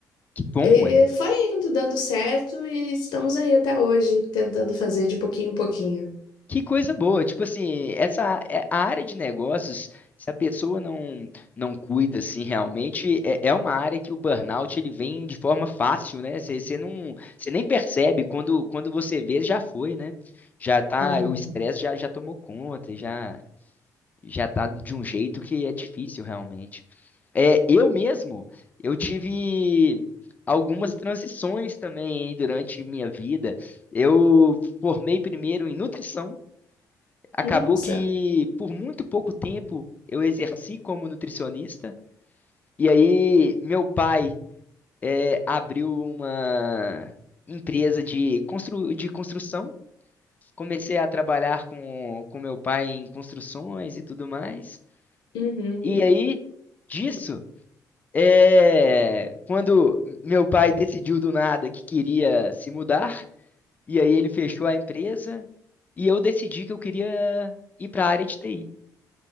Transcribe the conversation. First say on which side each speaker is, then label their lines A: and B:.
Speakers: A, on the left; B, on the left.
A: Que bom,
B: E
A: é.
B: foi indo, dando certo, e estamos aí até hoje, tentando fazer de pouquinho em pouquinho.
A: Que coisa boa. Tipo assim, essa é- a área de negócios, se a pessoa não não cuida assim realmente, é, é uma área que o burnout ele vem de forma fácil, né? Você você não, você nem percebe quando quando você vê, já foi, né? Já tá,
B: Uhum.
A: o estresse já já tomou conta, já já tá de um jeito que é difícil realmente. É, eu mesmo, eu tive algumas transições também aí durante minha vida. Eu formei primeiro em nutrição, acabou
B: Nossa.
A: que por muito pouco tempo eu exerci como nutricionista, e aí meu pai é, abriu uma empresa de, constru de construção. Comecei a trabalhar com, com meu pai em construções e tudo mais.
B: Uhum.
A: E aí, disso, é, quando meu pai decidiu do nada que queria se mudar, e aí ele fechou a empresa, e eu decidi que eu queria ir para a área de TI.